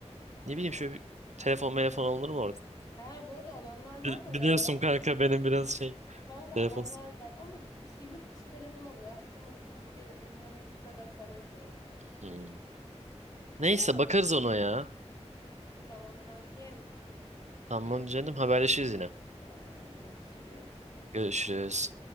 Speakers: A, on the right (about 80°); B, on the left (about 35°).
A: Ne bileyim şöyle bir telefon telefon alınır mı orada?
B: Ha bu arada alanlar var
A: Bi-
B: bayağı
A: Biliyorsun
B: ya.
A: kanka benim biraz şey
B: Kanka alanlar
A: telefon.
B: var ama işte yurt dışı telefon oluyor. Açtırmak için Türkiye'de bilmem bu kadar para ödüyorsun.
A: Hmm. Neyse
B: Ama
A: bakarız ona ya.
B: tamam kankim.
A: Tamam canım haberleşiriz yine.
B: Tamam görüşürüz.
A: Görüşürüz.